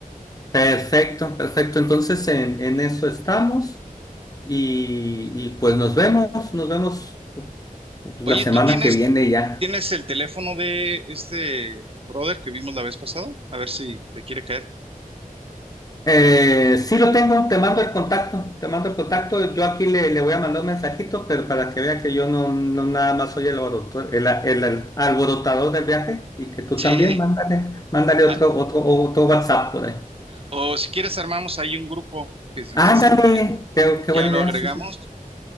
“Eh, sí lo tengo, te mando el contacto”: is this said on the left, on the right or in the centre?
Left